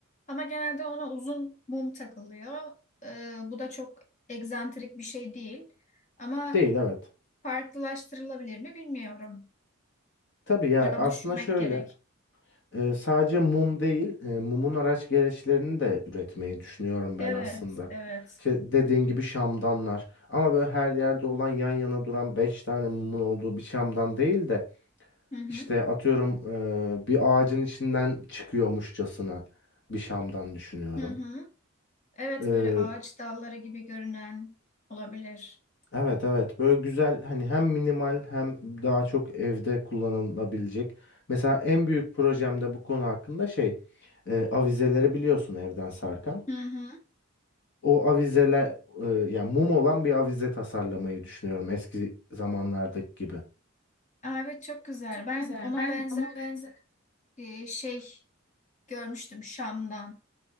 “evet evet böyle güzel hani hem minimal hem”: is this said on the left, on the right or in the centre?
Left